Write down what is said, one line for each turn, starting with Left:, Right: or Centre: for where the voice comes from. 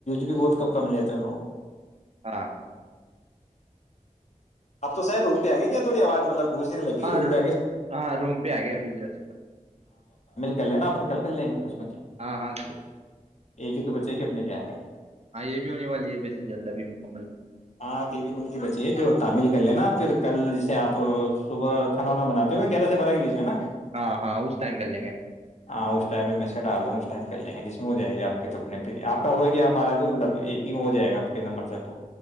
Left: بھی بہت کب کم لیتے ہیں لوگ
Right: ہاں
Left: اب تو سر روم پہ آگے کیا تھوڑی آواز مطلب گوس لگ
Right: ہاں
Left: روم ب
Right: ہاں روم پہ آ گیا بی جس
Left: چ لیںا اپ کو کل کر لیں گ ک
Right: ہاں ہاں
Left: ہی تو بچے گی اپنے کیا ہے
Right: ہاں یہ بھی ہونے والی ہے ویسے جلد ابھی م کبل
Left: ہاں تین من کی بچی ہے جو تعمل کر لینا پھر کل جیسے آپ صبح کھانا وا بناتے ہو گیارہ سے بارہ کے بیچ میں نا
Right: ہاں ہاں اس ٹائم کر لیں گے
Left: ہاں اس ٹائم میں میں سے ڈال دوں اس ٹائم پہ کر لیں گ جس میں ہو ج گ آپ تو اپنے پ
Right: ہاں
Left: آپ کا ہو گیا ہمارا مطب ایک ہی ہو جائے گا آپ کے نمبر سے تو